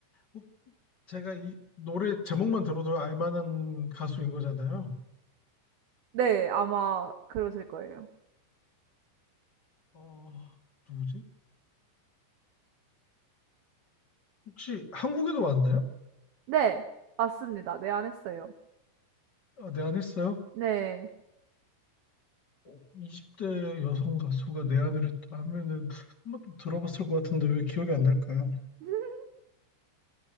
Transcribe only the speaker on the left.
어, 제가 이 노래 제목만 들어도 알만한 가수인 거잖아요.
어, 누구지? 혹시 한국에도 왔나요?
아, 내한했어요?
어, 20대 여성 가수가 내한을 했다 하면은 한번 들어봤을 것 같은데 왜 기억이 안 날까요?